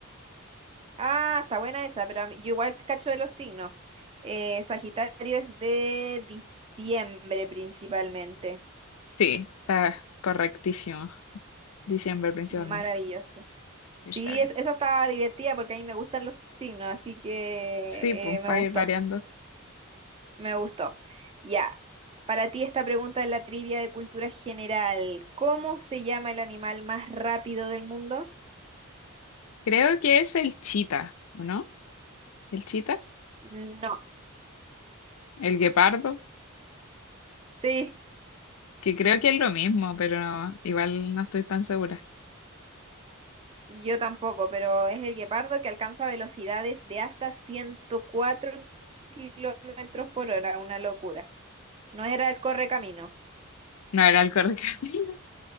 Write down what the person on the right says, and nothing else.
Ah, está buena esa, pero a mí- yo igual cacho de los signos. Eh, Sagitario es de diciembre principalmente.
Maravilloso. Sí,
es, esa está divertida porque a mí me gustan los signos, así que
eh, me
gustó.
Me gustó. Ya, para ti esta pregunta es la trivia de cultura general. ¿Cómo se llama el animal más rápido del mundo?
No,
sí,
y yo tampoco, pero es el guepardo que alcanza velocidades de hasta ciento cuatro kilómetros por hora, una locura. No era el correcamino,